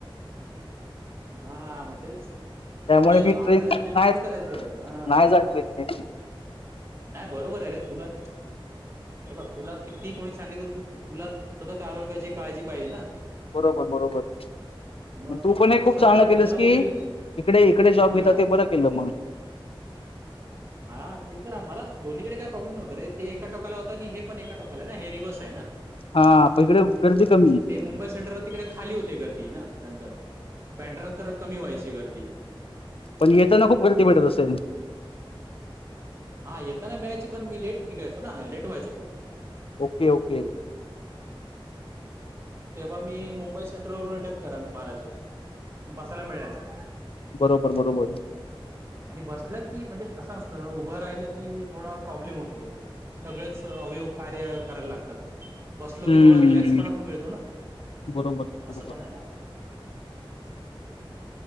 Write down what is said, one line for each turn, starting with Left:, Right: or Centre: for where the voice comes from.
Right: <inaudible> हा म तेच
Left: त्यामुळे मी
Right: म आपल्याला
Left: ट्रेन
Right: ते
Left: नाही
Right: तेच करायचं हा.
Left: नाही जात ट्रेन नि.
Right: नाही बरोबर आहे रे तुला हे बघ तुला किती कोणी सांगितलं त तुला स्वतःच्या आरोग्याची काळजी पाहिजे ना.
Left: बरोबर बरोबर.
Right: मग
Left: म तू पण हे
Right: दुसरा
Left: खूप चांगलं
Right: सांगून
Left: केलंस
Right: दुसरा बोलेल
Left: की इकडे इकडे जॉब
Right: हा
Left: घेता ते बरं केलं म.
Right: हा ते तर आमला दोन्हीकडे काही प्रॉब्लेम नव्हतं रे ते एका टोकाला होत नि हे पण एका टोकाला ना हे रिवस आहे ना.
Left: हा प इकडे गर्दी कमी.
Right: ते मुंबई सेंट्रल तिकडे खाली होते गर्दी ना नंतर ब्यांड्रा नंतर कमी व्हायची गर्दी.
Left: पण येताना खूप गर्दी भेटत असेल?
Right: हा येताना मिळायची पण मी लेट निघायचो ना लेट व्हायचं खूप.
Left: Okay okay.
Right: तेव्हा मी मुंबई सेंट्रल वरू रिटर्न करा मारायचो बसायला मिळायचं.
Left: बरोबर बरोबर.
Right: आणि बसलं की म्हणजे कसं असतं उभं राहिलं की थोडा प्रॉब्लेम होतो. सगळेच अवयव कार्य करायला लागतात. बसलो की
Left: हम्म
Right: थोडा रिलॅक्स पणा पण मिळतो ना
Left: बरोबर
Right: असं
Left: बरोबर
Right: पण आहे ना.